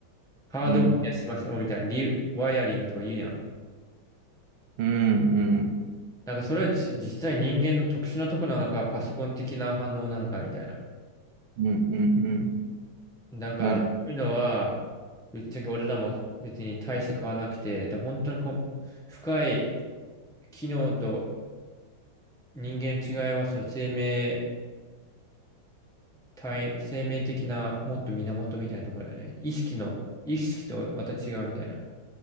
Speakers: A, in the centre; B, on the right.
A: ハードワイヤーしましょうみたいな、
B: うん
A: リワイヤリングとか言うやん。
B: うんうん
A: なんからそれはじ実際人間の特殊なとこなのか、パソコン的な反応なのかみたいな。
B: うんうんうん
A: だから、
B: なん
A: そういうのは、ぶっちゃけ俺らも別に大して変わんなくて、で、本当にこん深い機能と人間の違いは、その生命体、生命的なもっと源みたいなところだよね。意識の、意識とまた違うみたいな。